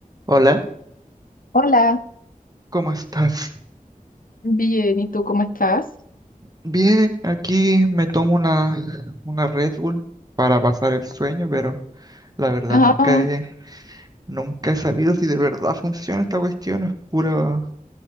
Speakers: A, on the right; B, on the left.
A: Hola,
B: Hola,
A: ¿cómo estás?
B: bien, ¿y tú cómo estás?
A: Bien, aquí me tomo una, una Red Bull para pasar el sueño, pero la verdad
B: Ah,
A: nunca he, nunca he sabido si de verdad funciona esta cuestión. Es puro